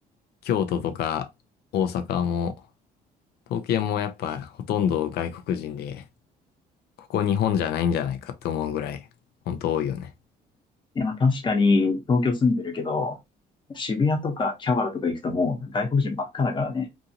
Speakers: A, on the left; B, on the left.
A: 京都とか大阪も、東京もやっぱほとんど外国人で、ここ日本じゃないんじゃないかって思うぐらい、本当多いよね。
B: いや、確かに東京住んでるけど、渋谷とかキャバラとか行くともう外国人ばっかだからね、